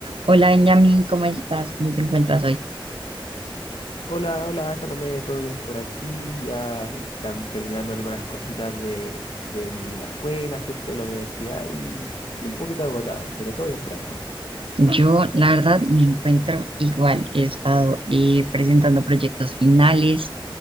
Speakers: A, on the right (about 80°); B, on the left (about 90°).
A: Hola Benjamín, ¿cómo estás? ¿Cómo te encuentras hoy?
B: Hola, hola, Salomé, ¿todo bien por aquí? Ya están terminando algunas cositas de, de la escuela, ¿cierto? De la universidad y, y un poquito agotado, pero todo bien por acá.
A: Yo, la verdad, me encuentro igual. He estado eh, presentando proyectos finales